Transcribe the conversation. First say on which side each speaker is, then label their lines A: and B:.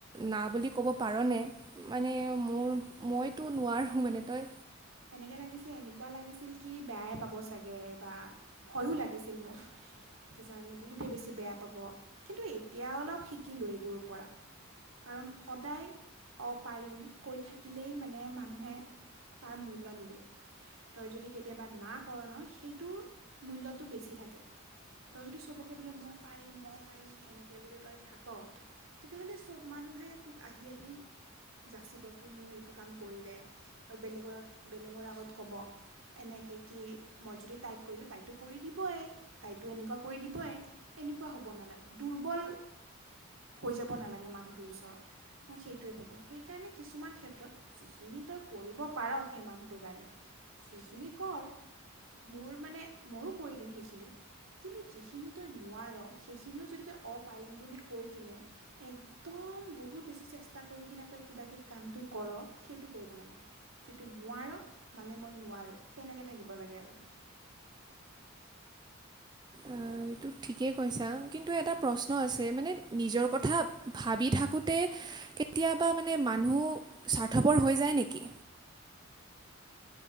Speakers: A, on the right; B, on the right.
A: না বুলি ক'ব পাৰনে? মানে মোৰ মইতো নোৱাৰোঁ মানে তই
B: এনেকে লাগিছে এনেকুৱা লাগিছিল পাব চাগে বা ভয়ো লাগিছিল মোৰ। কিজানি বহুতেই বেছি বেয়া পাব কিন্তু এতিয়া অলপ শিকিলোঁ এইবোৰৰ পৰা। কাৰণ সদায় অ, পাৰিম কৈ থাকি থাকিলেই মানে মানুহে তাৰ মূল্য নিদিয়ে। তই যদি কেতিয়াবা না কৰ ন সেইটোৰ মূল্যটো বেছি থাকে। তই যদি চবকে বোলে মই পাৰিম মই পাৰিম এনেকে যদি তই থাক। তেতিয়াহ'লে চব মানুহে তোক আহি আহি যাচিব। কি মোৰ এইটো কাম কৰি দে আৰু বেলেগ ক'ব এনেকে কি মই যদি তাইক কলোঁ তাইতো কৰি দিবয়ে তাইতো এনেকুৱা কৰি দিবই। এনেকুৱা হ'ব নালাগে, দুৰ্বল হৈ যাব নালাগে মানুহটোৰ ওচৰত মই সেইটোৱে ভাবোঁ সেইকাৰণে কিছুমান ক্ষেত্ৰত যিখিনি তই কৰিব পাৰ সেই মানুহটোৰ কাৰণে সেইখিনি কৰ মোৰ মানে ময়ো কৰি দিম সেইখিনি। কিন্তু যিখিনি তই নোৱাৰ সেইখিনিও যদি তই অ' পাৰিম বুলি কৈ কিনে একদম বহুত বেছি চেষ্টা কৰি কিনে তই কিবাকে কামটো কৰ সেইটো কৰিব নালাগে। যিটো নোৱাৰ মানে মই নোৱাৰোৱেই তেনেকৈ থাকিব লাগে আৰু।
A: অ'। এইটো ঠিকেই কৈছা, কিন্তু এটা প্ৰশ্ন আছে মানে নিজৰ কথা ভাবি থাকোঁতে কেতিয়াবা মানে মানুহ স্বাৰ্থপৰ হৈ যায় নেকি?